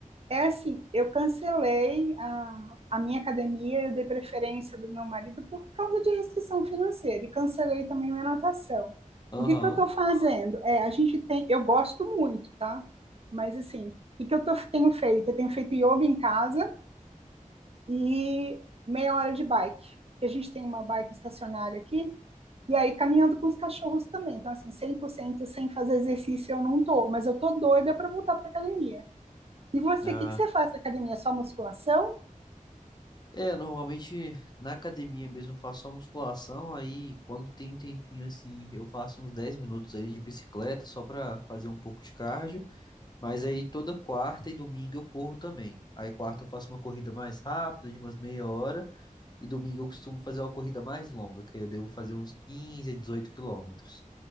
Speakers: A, on the right; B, on the left.
A: é assim, eu cancelei a, a minha academia, eu dei preferência do meu marido por causa de restrição financeira e cancelei também minha natação.
B: Aham.
A: O que que eu tô fazendo? É, a gente tem, eu gosto muito, tá? Mas assim, o que que eu tô- tenho feito? Eu tenho feito yoga em casa e meia hora de bike. A gente tem uma bike estacionária aqui E aí, caminhando com os cachorros também. Então, assim, 100% sem fazer exercício eu não tô, mas eu tô doida para voltar para academia. E você,
B: Ah.
A: o que que você faz na academia? Só musculação?
B: É, normalmente na academia mesmo eu faço só musculação, aí quando tem um tempinho assim, eu faço uns 10 minutos ali de bicicleta só pra fazer um pouco de cardio. Mas aí toda quarta e domingo eu corro também. Aí quarta eu faço uma corrida mais rápida, de umas meia hora, e domingo eu costumo fazer uma corrida mais longa, que aí eu devo fazer uns 15 a 18 quilômetros.